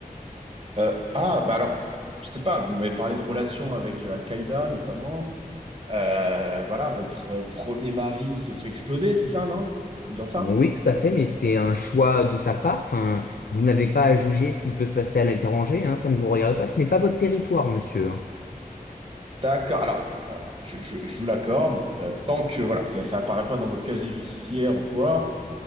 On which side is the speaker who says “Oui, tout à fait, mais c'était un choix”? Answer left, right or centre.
Left